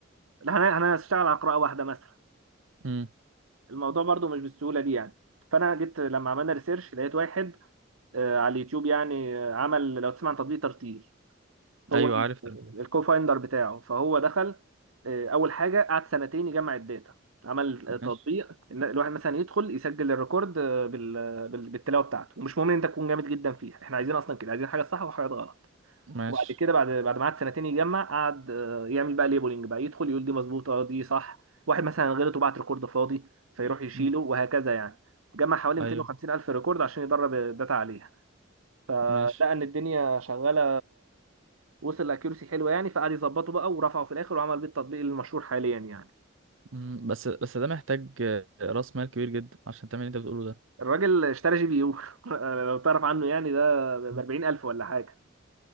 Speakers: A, on the right; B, on the right.
A: لا انا انا هشتغل على قراءه واحده مثلا
B: مم.
A: الموضوع برضو مش بالسهولة دي يعني فأنا جيت لما عملنا ريسيرش لقيت واحد آه، على اليوتيوب يعني آه، عمل لو تسمع عن تطبيق ترتيل هو
B: ايوه عارف الألباني.
A: الكو فايندر بتاعه فهو دخل آه، أول حاجة قعد سنتين يجمع الداتا عمل آه،
B: ماشي
A: تطبيق إن الواحد مثلا يدخل يسجل الريكورد آه، بال- بال- بالتلاوة بتاعته ومش مهم إن أنت تكون جامد جدا فيها إحنا عايزين أصلا كده عايزين حاجة صح وحاجات غلط
B: ماشي
A: وبعد كده بعد بعد ما قعد سنتين يجمع قعد آه، يعمل بقى ليبلنج بقى يدخل يقول دي مظبوطه آه، دي صح واحد مثلا غلط وبعت ريكورد فاضي فيروح يشيله
B: مم.
A: وهكذا يعني جمع حوالي 250
B: ايوه
A: الف ريكورد عشان يدرب الداتا عليها فلقى
B: ماشي
A: ان الدنيا شغاله وصل لاكيورسي حلوه يعني فقعد يظبطه بقى ورفعه في الاخر وعمل بيه التطبيق المشهور حاليا يعني
B: مم. بس بس ده محتاج آه، راس مال كبير جدا عشان تعمل اللي انت بتقوله ده
A: الراجل اشترى جي بي يو <laughs> لو تعرف عنه يعني ده ب
B: مم.
A: 40000 ولا حاجه